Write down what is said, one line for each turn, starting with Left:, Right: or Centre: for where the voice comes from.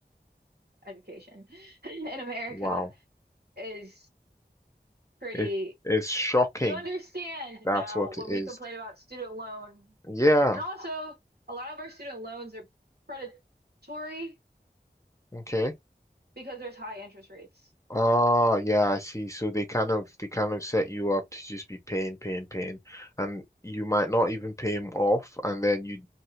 Right: education <laughs> in America
Left: Wow.
Right: is pretty.
Left: It's, it's shocking.
Right: You understand
Left: That's
Right: now
Left: what
Right: when
Left: it is.
Right: we complain about student loan,
Left: Yeah.
Right: and also a lot of our student loans are predatory
Left: Okay.
Right: because there's high interest rates.
Left: Ah, yeah, I see. So they kind of they kind of set you up to just be paying, paying, paying, and you might not even pay him off, and then you